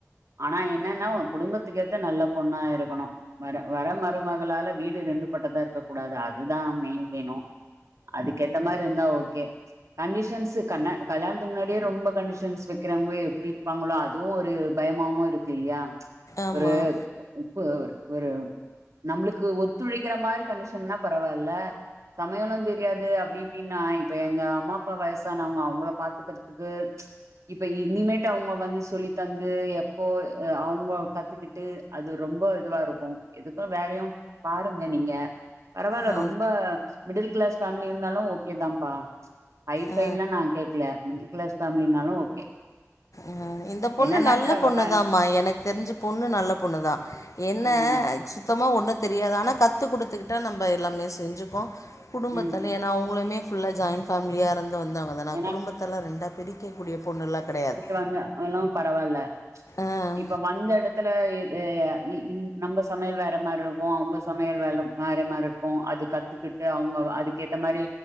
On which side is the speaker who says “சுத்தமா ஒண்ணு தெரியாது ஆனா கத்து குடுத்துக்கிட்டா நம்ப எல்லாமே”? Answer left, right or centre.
Left